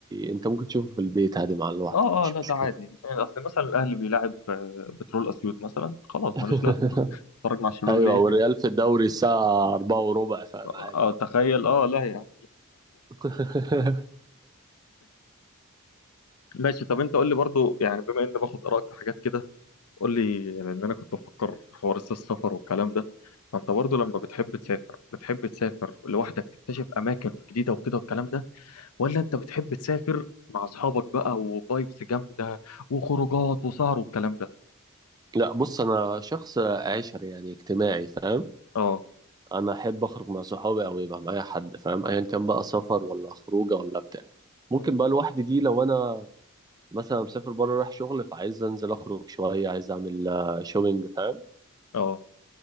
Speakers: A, on the right; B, on the left.
A: انت ممكن تشوفه في البيت عادي مع لوحدك
B: اه
A: مش
B: اه لا ده
A: مشكله
B: عادي يعني اصل مثلا الاهلي بيلاعب آه، بترول اسيوط مثلا خلاص
A: <laughs>
B: ملوش لازمه اتفرج مع الشباب
A: ايوه
B: ليه
A: والريال
B: <laughs>
A: في الدوري الساعه 4 وربع فاهم
B: اه
A: عادي
B: آه،
A: برضه
B: تخيل اه لا يا عم
A: <laughs>
B: ماشي طب انت قول لي برضو يعني بما اني باخد ارائك في حاجات كده قول لي لان انا كنت بفكر في حوار السفر والكلام ده فانت برضو لما بتحب تسافر بتحب تسافر لوحدك تكتشف اماكن جديده وكده والكلام ده ولا انت بتحب تسافر مع اصحابك بقى وفايبس جامده وخروجات وسهر والكلام ده
A: لا بص انا شخص عشري يعني اجتماعي فاهم
B: اه
A: انا احب اخرج مع صحابي او يبقى معايا حد فاهم ايا كان بقى سفر ولا خروجه ولا بتاع ممكن
B: مم.
A: بقى لوحدي دي لو انا مثلا مسافر بره رايح شغل فعايز انزل اخرج شويه عايز اعمل آه، شوبينج فاهم
B: اه